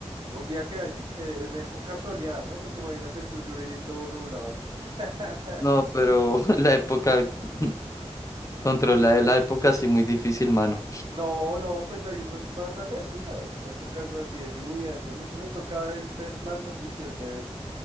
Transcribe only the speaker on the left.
No, pero <laughs> la época, <laughs> controlar la época sí muy difícil, mano.